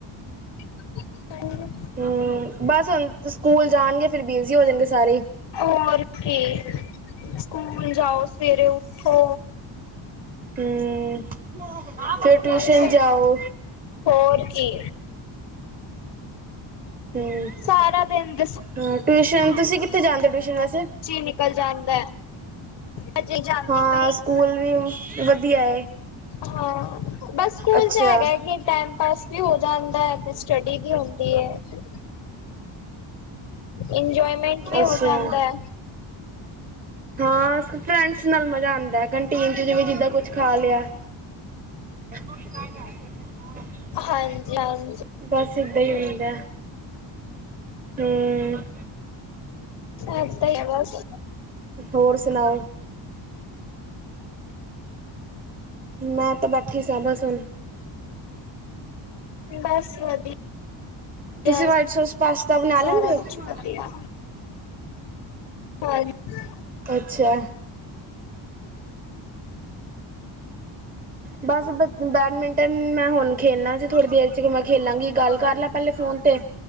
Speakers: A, on the left (about 60°); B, on the right (about 20°).
A: <unintelligible> ਹਠ
B: ਹਮ ਬਸ ਹੁਣ ਸਕੂਲ ਜਾਣਗੇ ਫਰ ਬਿਜੀ ਹੋ ਦੇਣਗੇ ਸਾਰੇ ਹੀ
A: ਹੋਰ ਕੀ ਸਕੂਲ ਜਾਓ ਸਵੇਰੇ ਉੱਠੋ
B: ਹਮ ਫਿਰ ਟਿਊਸ਼ਨ
A: ਬਸ
B: ਜਾਓ।
A: ਹੋਰ ਕੀ?
B: ਹੂੰ
A: ਸਾਰਾ ਦਿਨ ਦੱਸੋ।
B: ਹਾਂ ਟਿਊਸ਼ਨ ਤੁਸੀਂ ਕਿੱਥੇ ਜਾਂਦੇ ਹੋ ਟਿਊਸ਼ਨ ਵਸੇਂ।
A: ਨਿਕਲ ਜਾਂਦਾ ਹਜੇ ਜਾਂਦੀ
B: ਹਾਂ
A: ਪਈ।
B: ਸਕੂਲ ਵੀ ਵਧੀਆ ਏ
A: ਹਾਂ ਬਸ ਸਕੂਲ
B: ਅੱਛਾ
A: ਚ ਹੈਗਾ ਕੀ ਟਾਈਮ ਪਾਸ। ਵੀ ਹੋ ਜਾਂਦਾ ਹੈ ਤੇ ਸਟੱਡੀ ਵੀ ਹੁੰਦੀ ਹੈ। ਇੰਜੋਏਮੈਂਟ ਵੀ ਹੋ
B: ਅੱਛਾ
A: ਜਾਂਦਾ ਹੈ।
B: ਹਾਂ ਫਰੈਂਡਸ ਨਾਲ ਮਜ਼ਾ ਆਉਂਦਾ ਕੰਟੀਨ ਚ ਜਿ ਵੀ ਜਿਦਾਂ ਕੁਛ ਖਾ ਲਿਆ। <unintelligible>
A: ਹਾਂਜੀ ਹਾਂਜੀ
B: ਬਸ ਇਦਾ ਹੀ ਹੁੰਦਾ ਹਮ।
A: ਇਦਾਂ ਹੀ ਇਹ ਬਸ।
B: ਹੋਰ ਸੁਣਾਓ। ਮੈਂ ਤੇ ਬਾਕੀ। ਹਿਸਾਬਸ ਹੁਣ।
A: ਬਸ ਵਧੀਆ
B: ਤੁਸੀਂ ਵਾਈਟ ਸੋਸ ਪਾਸਤਾ ਬਣਾ
A: ਸਾਰਾ
B: ਲੈਂਦੇ ਹੋ
A: ਕੁਛ ਵਧੀਆ। ਹਾਂਜੀ।
B: ਅੱਛਾ। ਬਸ ਬ ਬੈਡਮਿੰਟਨ ਮੈਂ ਹੁਣ ਖੇਲਣਾ ਸੀ ਥੋੜ੍ਹੀ ਦੇਰ। ਚ ਮੈਂ ਖੇਲਾਂਗੀ ਗੱਲ ਕਰ ਲੈ ਪਹਿਲੇ ਫੋਨ ਤੇ।